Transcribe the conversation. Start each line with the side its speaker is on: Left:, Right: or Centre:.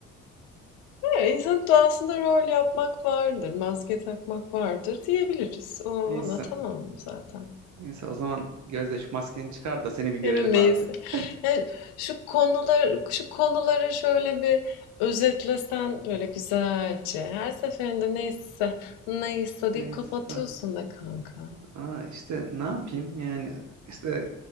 Left: "Ha, insanın doğasında rol yapmak vardır, maske takmak vardır diyebiliriz. O, ona
Right: Neyse.
Left: tamam zaten.
Right: Neyse o zaman Gözde şu maskeni çıkar da seni bir görelim
Left: Yani neyse.
Right: artık. <laughs>
Left: Yani şu konular, şu konuları şöyle bir özetlesen böyle güzelce. Her seferinde neyse, neyse
Right: Neyse.
Left: deyip kapatıyorsun be kanka.
Right: Ha işte ne yapayım yani işte